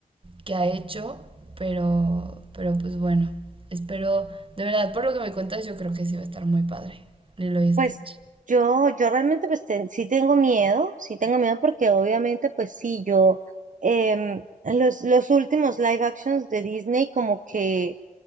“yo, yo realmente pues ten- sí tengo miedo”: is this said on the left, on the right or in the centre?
Right